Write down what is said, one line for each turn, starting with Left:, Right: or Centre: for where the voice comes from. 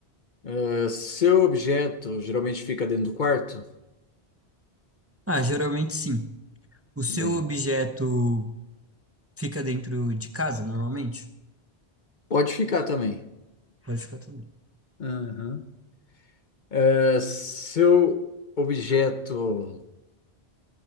Left: Ah, seu objeto geralmente fica dentro do quarto?
Right: Ah, geralmente sim. O seu
Left: Bem,
Right: objeto fica dentro de casa, normalmente?
Left: pode ficar também.
Right: Pode ficar também.
Left: Aham. Ah, seu objeto,